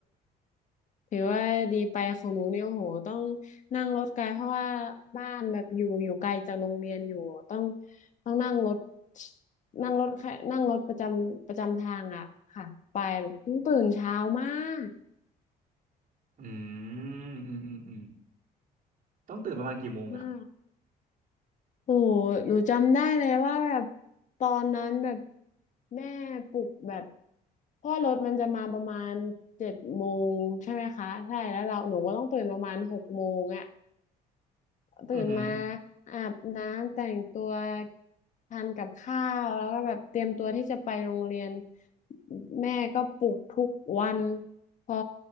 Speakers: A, on the left; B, on the right.
A: ถือว่าดีไปของหนูเนี่ยโอ้โหต้องนั่งรถไกลเพราะว่าบ้านแบบอยู่อยู่ไกลจากโรงเรียนอยู่ต้องต้องนั่งรถนั่งรถแค่นั่งรถประจำประจำทางอ่ะค่ะไปต้องตื่นเช้ามาก
B: <laughs> อืมอืมอืมอืมต้องตื่นประมาณกี่โมงอ่ะ
A: มากโอ้โหหนูจำได้เลยว่าแบบตอนนั้นแบบแม่ปลุกแบบเพราะว่อรถมันจะมาประมาณเจ็ดโมงใช่ไหมคะใช่แล้วเราหนูก็ต้องตื่นประมาณหกโมงอ่ะ ตื่นมา
B: อือหือ
A: อาบน้ำแต่งตัวทานกับข้าวแล้วก็แบบเตรียมตัวที่จะไปโรงเรียนแม่ก็ปลุกทุกวันพอ